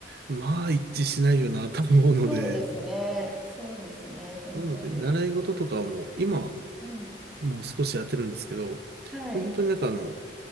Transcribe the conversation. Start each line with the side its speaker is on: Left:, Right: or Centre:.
Right: まあ一致しないよなと思うので、
Centre: そうですね、そうですね、本当に。
Right: なので、習い事とかはもう今、
Centre: うん
Right: もう少しやってるんですけど、もう本当になんかあの、
Centre: はい。